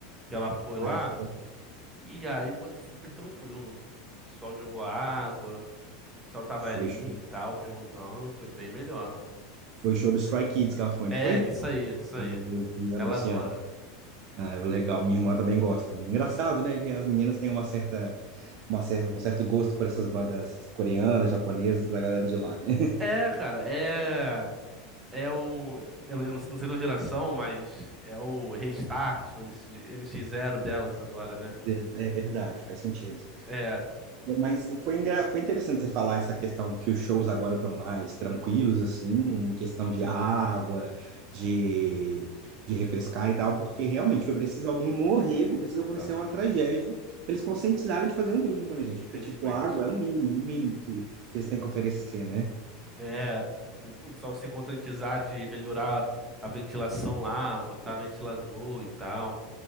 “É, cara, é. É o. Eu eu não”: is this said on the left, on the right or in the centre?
Right